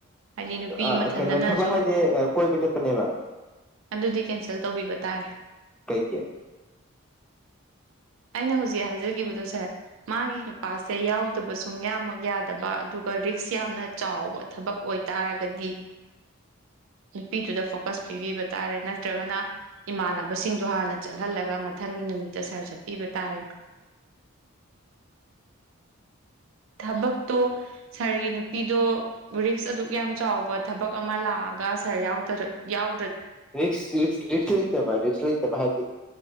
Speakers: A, on the right (about 65°); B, in the centre.
A: ꯍꯥꯏꯗꯤ ꯅꯨꯄꯤ
B: ꯑ
A: ꯃꯊꯟꯗꯅꯁꯨ
B: ꯀꯩꯅꯣ ꯊꯕꯛ ꯍꯥꯏꯁꯦ ꯀꯣꯏꯕ ꯆꯠꯄꯅꯦꯕ
A: ꯑꯗꯨꯗꯤ ꯀꯦꯟꯁꯦꯜ ꯇꯧꯕꯤꯕ ꯇꯥꯔꯦ
B: ꯀꯩꯒꯤ
A: ꯑꯩꯅ ꯍꯧꯖꯤꯛ ꯍꯥꯏꯖꯒꯤꯕꯗꯣ ꯁꯥꯔ ꯃꯥꯒꯤ ꯅꯨꯄꯥꯁꯦ ꯌꯥꯎꯗꯕ ꯁꯨꯡ ꯌꯥꯝꯃꯛ ꯌꯥꯗꯕ ꯑꯗꯨꯒ ꯔꯤꯛꯁ ꯌꯥꯝꯅ ꯆꯥꯎꯕ ꯊꯕꯛ ꯑꯣꯏꯇꯥꯔꯒꯗꯤ ꯅꯨꯄꯤꯗꯨꯗ ꯐꯣꯀꯁ ꯄꯤꯕꯤꯕ ꯇꯥꯔꯦ ꯅꯠꯇ꯭ꯔꯒꯅ ꯏꯃꯥꯟꯅꯕꯁꯤꯡꯗꯣ ꯍꯥꯟꯅ ꯆꯠꯍꯜꯂꯒ ꯃꯊꯪꯒꯤ ꯅꯨꯃꯤꯠꯇ ꯁꯥꯔ ꯆꯠꯄꯤꯕ ꯇꯥꯔꯦ ꯊꯕꯛꯇꯣ ꯁꯥꯔꯒꯤ ꯅꯨꯄꯤꯗꯣ ꯔꯤꯛꯁ ꯑꯗꯨꯛ ꯌꯥꯝ ꯆꯥꯎꯕ ꯊꯕꯛ ꯑꯃ ꯂꯥꯛꯑꯒ ꯁꯥꯔ ꯌꯥꯎꯗꯔ ꯌꯥꯎ
B: ꯔꯤꯛꯁ ꯔꯤꯛꯁ ꯂꯩꯇꯕ ꯔꯤꯛꯁ ꯂꯩꯇꯕ ꯍꯥꯏꯗꯤ